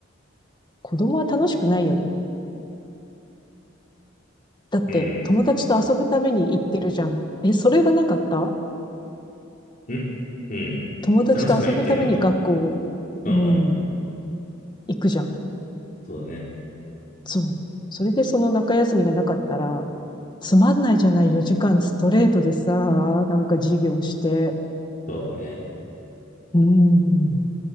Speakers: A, on the left (about 25°); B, on the left (about 45°).
A: 子供は楽しくないよね。だって、
B: うん、
A: 友達と遊ぶために行ってるじゃん。え、それがなかった
B: うん、うん。
A: 友達と遊ぶために学校、
B: 楽しくないっていうのはうんうん。
A: うん、行くじゃん。
B: そうだね。
A: そう。それでその中休みがなかったら、つまんないじゃない、4時間ストレートでさ、なんか授業して。
B: そうだね。
A: うん。